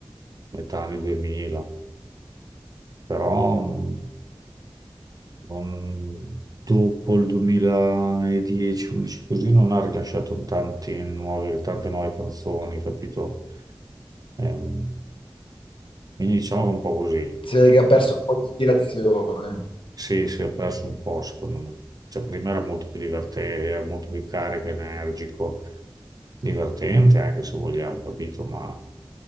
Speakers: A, on the right (about 45°); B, on the left (about 70°).
A: metà anni 2000, però mh, non- dopo il 2010-11 così non ha rilasciato tanti nuove- tante nuove canzoni, capito? Ehm, quindi diciamo che è un po' così.
B: si vede che ha perso un po' di ispirazione.
A: Sì, si è perso un po', secondo me. Cioè, prima era molto più divertente, era molto più carico, energico, divertente anche se vogliamo, capito? Ma